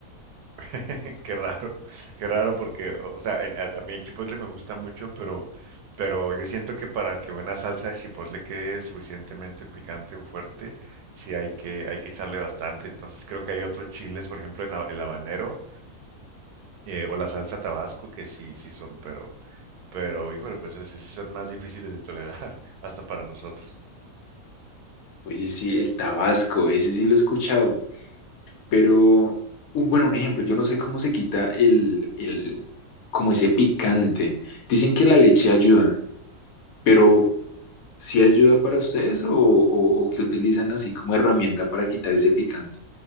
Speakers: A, on the right; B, on the left.
A: <laughs> Qué raro, qué raro porque, o o sea, el- a, a mí el chipotle me gusta mucho, pero, pero yo siento que para que una salsa de chipotle quede suficientemente picante o fuerte, sí hay que, hay que echarle bastante. Entonces creo que hay otros chiles, por ejemplo, en la- el habanero eh, o la salsa tabasco, que sí, sí son, pero, pero, híjole, pues esos sí son más difíciles de tolerar, <laughs> hasta para nosotros.
B: Oye, sí, el tabasco, ese sí lo he escuchado. Pero, un, bueno, un ejemplo, yo no sé cómo se quita el, el, como ese picante. Dicen que la leche ayuda, pero ¿sí ayuda para ustedes o, o, o que utilizan así como herramienta para quitar ese picante?